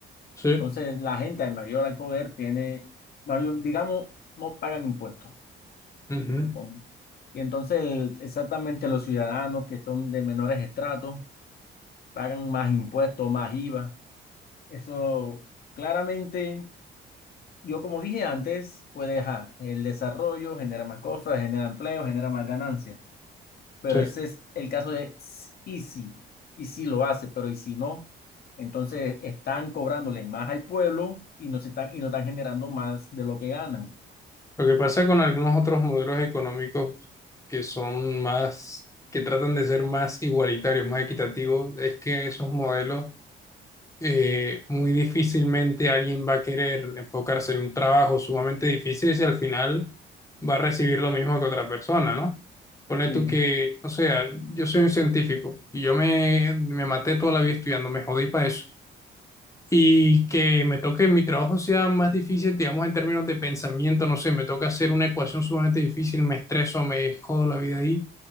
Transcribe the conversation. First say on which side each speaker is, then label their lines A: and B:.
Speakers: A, on the left; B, on the left.
A: Sí.
B: Entonces, la gente al mayor al poder tiene, mayor- digamos, no pagan impuestos,
A: Ujú,
B: supongo. Y entonces, el- exactamente los ciudadanos que son de menores estratos pagan más impuestos, más IVA. Eso claramente. Yo, como dije antes, pues ajá, el desarrollo genera más cosas, genera empleo, genera más ganancias. Pero
A: sí.
B: ese es el caso de s- y si, y si lo hace, pero y si no, entonces están cobrándole más al pueblo y no se están, y no están generando más de lo que ganan.
A: Lo que pasa con algunos otros modelos económicos que son más, que tratan de ser más igualitarios, más equitativos, es que esos modelos eh, muy difícilmente alguien va a querer enfocarse en un trabajo sumamente difícil si al final va a recibir lo mismo que otra persona, ¿no? Pone
B: Sí.
A: tú que, o sea, yo soy un científico y yo me, me maté toda la vida estudiando, me jodí para eso. Y que me toque mi trabajo sea más difícil, digamos, en términos de pensamiento, no sé, me toca hacer una ecuación sumamente difícil, me estreso, me jodo la vida ahí.